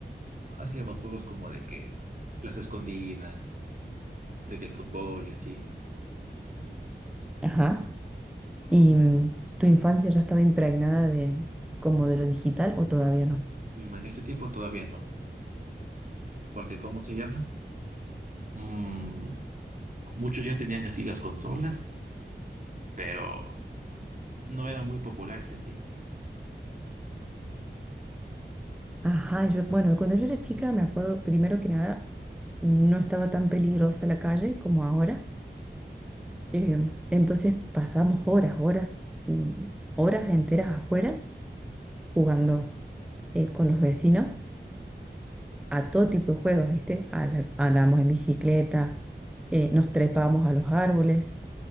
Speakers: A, on the right; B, in the centre.
A: hacíamos juegos como de que las escondidas, de que el fútbol y así.
B: Ajá. ¿Y mm, tu infancia ya estaba impregnada de como de lo digital o todavía no?
A: Mm, En ese tiempo todavía no, porque ¿cómo se llama? Mm, muchos ya tenían así las consolas, pero no eran muy populares en sí.
B: Ajá, yo, bueno, cuando yo era chica me acuerdo, primero que nada, no estaba tan peligrosa la calle como ahora. em, entonces pasábamos horas, horas, mm, horas enteras afuera jugando eh, con los vecinos a todo tipo de juegos, ¿viste? A la- andábamos en bicicleta, eh, nos trepábamos a los árboles,